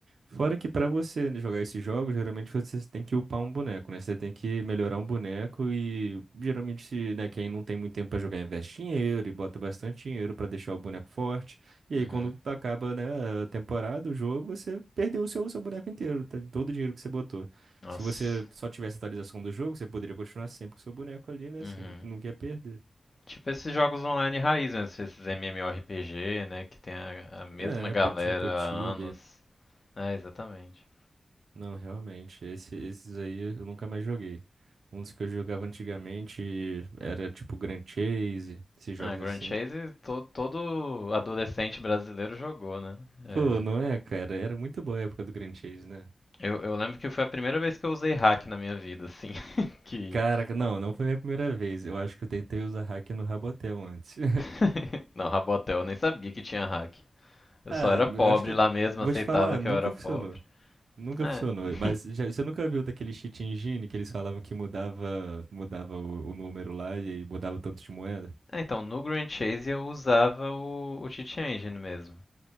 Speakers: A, on the right; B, on the left.
A: Fora que pra você né, jogar esses jogos, geralmente você tem que upar um boneco, né? Você tem que melhorar um boneco e geralmente, se, né, quem não tem muito tempo pra jogar investe dinheiro e bota bastante dinheiro pra deixar o boneco forte. E aí
B: Uhum.
A: quando acaba, né, a temporada, o jogo, você perdeu o seu, o seu boneco inteiro, tá? todo o dinheiro que você botou.
B: Nossa.
A: Se você só tivesse atualização do jogo, você poderia continuar sempre com o seu boneco ali, né?
B: Uhum.
A: Sem, nunca ia perder.
B: Tipo esses jogos online raiz mesmo, esses MMORPG, né? Que tem a, a mesma
A: É,
B: galera
A: poti, poti,
B: há anos. É, exatamente.
A: Não, realmente, esse- esses aí eu nunca mais joguei. Um dos que eu jogava antigamente era tipo Grand Chase, esses
B: Ah,
A: jogos
B: Grand
A: assim.
B: Chase todo, todo adolescente brasileiro jogou, né? É.
A: Pô, não é, cara? Era muito boa a época do Grand Chase, né?
B: Eu, eu lembro que foi a primeira vez que eu usei hack na minha vida, assim. <laughs> que
A: Caraca, não, não foi minha primeira vez. Eu acho que eu tentei usar hack no Rabotel antes. <laughs>
B: <laughs> Não, Rabotel, eu nem sabia que tinha hack. Eu
A: Ah,
B: só era
A: eu
B: pobre
A: acho que.
B: lá mesmo,
A: Vou
B: aceitava
A: te falar,
B: que
A: nunca
B: eu era pobre.
A: funcionou. Nunca
B: É.
A: funcionou.
B: <laughs>
A: Mas já, você nunca viu daquele cheat engine que eles falavam que mudava, mudava o, o número lá e aí mudava o tanto de moeda?
B: É, então, no Grand Chase eu usava o, o Cheat Engine mesmo.